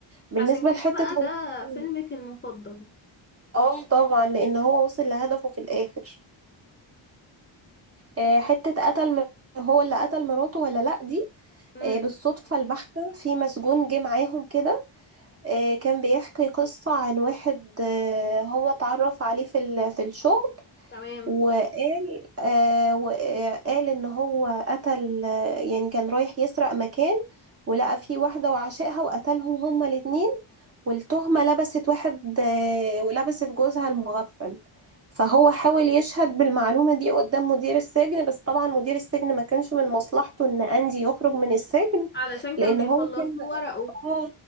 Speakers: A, on the right; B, on the left.
A: بالنسبة
B: عشان كده
A: لحتة
B: بقى
A: هو
B: ده
A: قتل
B: فيلمك المفضل
A: اه طبعا لان هو وصل لهدفه في الاخر آه، حتة قتل م- هو اللي قتل مراته ولا لا دي
B: امم
A: آه، بالصدفة البحتة في مسجون جه معاهم كده آه، كان بيحكي قصة عن واحد آه، هو اتعرف عليه في ال- في الشغل
B: تمام
A: وقال آه وقال ان هو قتل آه، يعني كان رايح يسرق مكان ولقى فيه واحدة وعشقها وقتلهم هما الاتنين والتهمة لبست واحد آه، ولبست جوزها المغفل فهو حاول يشهد بالمعلومة دي قدام مدير السجن بس طبعا مدير السجن ما كانش من مصلحته ان اندي يخرج من السجن
B: علشان كان
A: لان
B: بيخلص
A: هو كان
B: له ورقه
A: اه